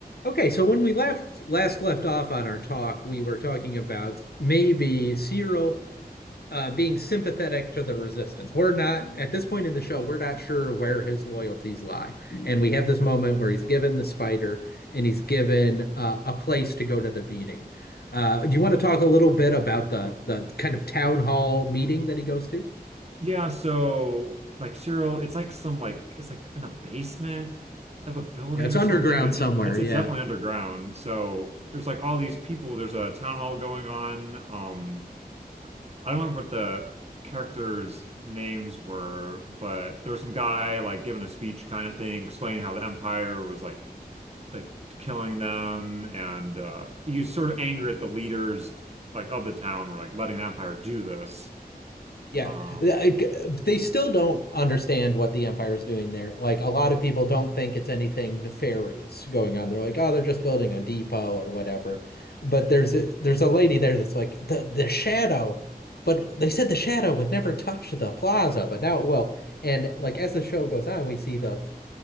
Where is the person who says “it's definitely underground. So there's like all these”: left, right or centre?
Right